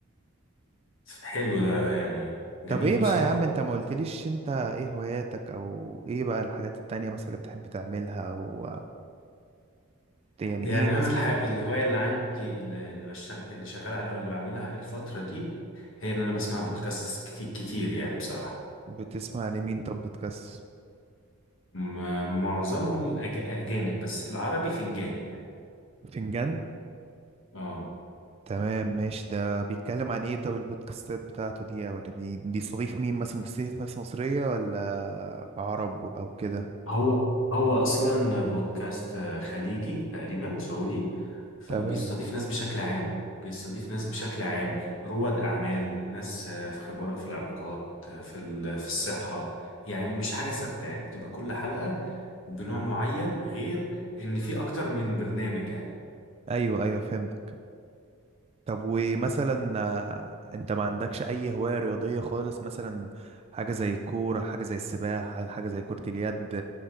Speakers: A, on the left; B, on the right.
A: حلو ده يعني جميل
B: طب ايه بقى
A: بصراحة
B: يا عم انت ما قلتليش انت ايه هواياتك او ايه بقى الحاجات التانية مثلا اللي بتحب تعملها او يعني
A: يعني
B: ايه مثلا
A: انا الحق الهواية اللي عندي اللي اللي بشتغل اللي شغال عليها او اللي بعملها الفترة دي هي ان انا بسمع بودكاست كتي- كتير يعني بصراحة
B: بتسمع لمين طب بتكس
A: م- معظمهم أج... اجانب بس العربي فنجان يعني
B: فنجان
A: اه
B: تمام ماشي ده بيتكلم عن ايه طب البودكاستات بتاعته دي ولا بي- بيستضيف مين مثلا بيستضيف ناس مصرية ولا عرب او كده
A: هو هو اصلا بودكاست خليجي تقريبا سعودي فبيستضيف
B: تمام
A: ناس بشكل عام بقى بيستضيف ناس بشكل عام رواد اعمال ناس في خبراء في العلاقات في ال- في الصحه يعني مش حاجه ثابته يعني بتبقى كل حلقه بنوع معين غير ان في اكتر من برنامج يعني
B: ايوه ايوه فهمتك طب ومثلا آه، انت ما عندكش اي هواية رياضية خالص مثلا حاجة زي الكورة حاجة زي السباحة حاجة زي كرة اليد